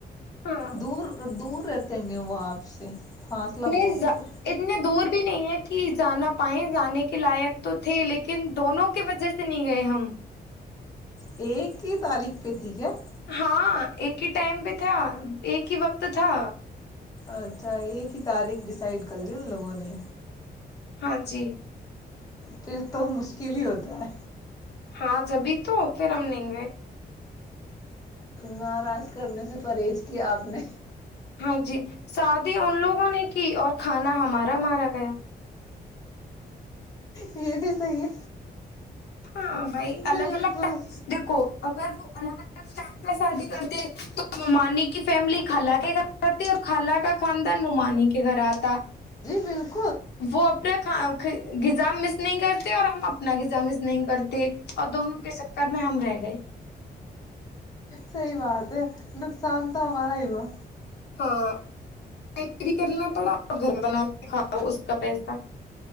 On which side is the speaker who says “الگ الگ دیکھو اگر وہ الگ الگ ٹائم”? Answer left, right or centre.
Left